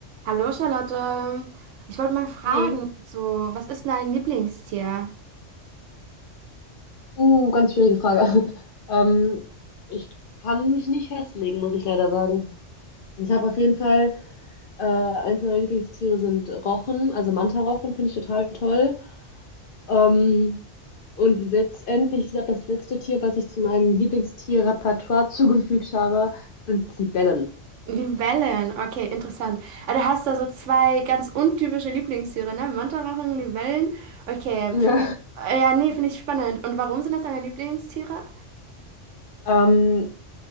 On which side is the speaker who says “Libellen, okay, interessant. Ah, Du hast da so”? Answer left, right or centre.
Right